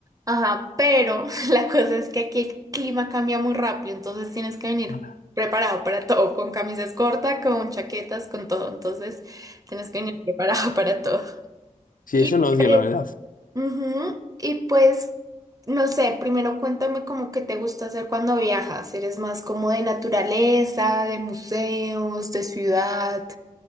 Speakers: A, on the right; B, on the left.
A: Ajá, pero <laughs> la cosa es que aquí el clima cambia muy rápido, entonces tienes que venir
B: Ala.
A: preparado para todo, con camisas cortas, con chaquetas, con todo, entonces tienes que venir preparado <laughs> para todo.
B: Sí,
A: Y
B: eso lo odio,
A: pues,
B: la verdad.
A: Ujú, Y pues, no sé, primero cuéntame como que te gusta hacer cuando viajas. ¿Eres más como de naturaleza, de museos, de ciudad?